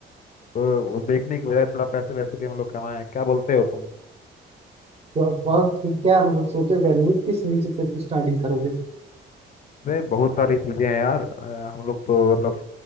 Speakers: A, on the left (about 40°); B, on the right (about 30°).
A: तो वो देखने के बजाय थोड़ा पैसे वैसे भी हम लोग कमाएं क्या बोलते हो तुम
B: तो बहुत क्या मतलब सोचे हुए हैं, किस नीचे से स्टार्टिंग करोगे
A: अरे बहुत सारी चीजें हैं यार अ, हम लोग तो मतलब